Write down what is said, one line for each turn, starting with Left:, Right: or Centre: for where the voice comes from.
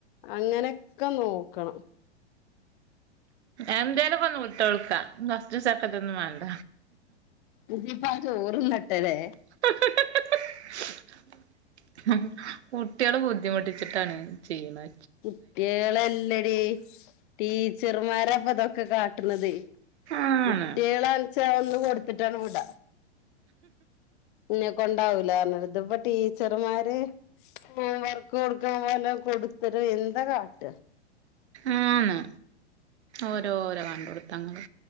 Left: അങ്ങനെക്കെ നോക്കണം
Right: എന്തേലും ഒക്കെ ഒന്ന് വിട്ടൊട്ക്ക. ഫസ്റ്റും സെക്കൻഡൊന്നും വേണ്ട
Left: ഇനിപ്പ ആ ചോറ്ന്നട്ട ലേ
Right: <unintelligible> കുട്ട്യള് ബുദ്ധിമുട്ടിച്ചിട്ടാണ് ചെയ്യണേ
Left: കുട്ട്യേളല്ലടീ... ടീച്ചർമാരാപ്പൊതൊക്കെ കാട്ട്ണതെയ്
Right: ആണ്
Left: കുട്യേളാൺച്ചാ ഒന്ന് കൊടുത്തിട്ടാണ്ട് വിട ഇനെക്കെണ്ടാവൂല ഇതിപ്പ ടീച്ചർമാര് ഹോംവർക്ക് കൊടുക്കാൻ പോലെ കൊടുത്തരും എന്താ കാട്ട
Right: ആഹ് അ ഓരോഓരോ കണ്ടുപിടുത്തങ്ങള്